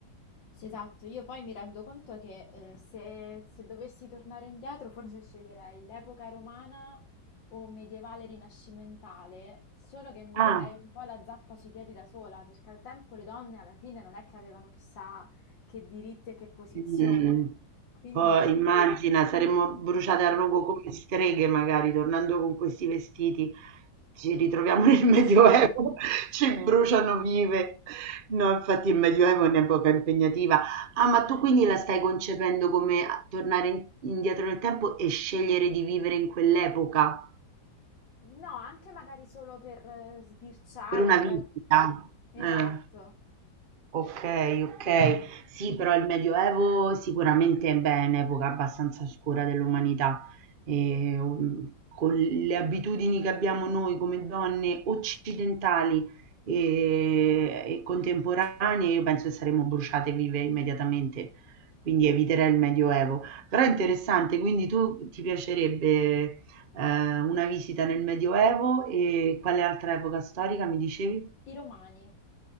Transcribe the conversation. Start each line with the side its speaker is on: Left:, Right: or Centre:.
Left: Sì, esatto. Io poi mi rendo conto che eh, se, se dovessi tornare indietro, forse sceglierei l'epoca romana o medievale rinascimentale, solo che mi
Right: Ah.
Left: darei un po' la zappa sui piedi da sola, perché al tempo le donne alla fine non è che avevano chissà che diritti e che posizione.
Right: Mh.
Left: Quindi...
Right: Poi immagina saremmo bruciate al rogo come streghe magari, tornando con questi vestiti, ci ritroviamo nel <laughs> Medioevo,
Left: <laughs>
Right: ci bruciano vive. No, infatti il Medioevo è un'epoca impegnativa. Ah, ma tu quindi la stai concependo come a tornare in indietro nel tempo e scegliere di vivere in quell'epoca?
Left: No, anche magari solo per eh, sbirciare,
Right: Per una
Left: guardare.
Right: visita.
Left: Esatto,
Right: Eh, okay, okay. Sì, però il Medioevo sicuramente, beh, è un'epoca abbastanza oscura dell'umanità e, uhm, con le abitudini che abbiamo noi come donne occidentali, ehm, e contemporanee, io penso che saremmo bruciate vive immediatamente, quindi eviterei il Medioevo. Però è interessante, quindi tu ti piacerebbe, ehm, una visita nel Medioevo e quale altra epoca storica mi dicevi?
Left: i romani,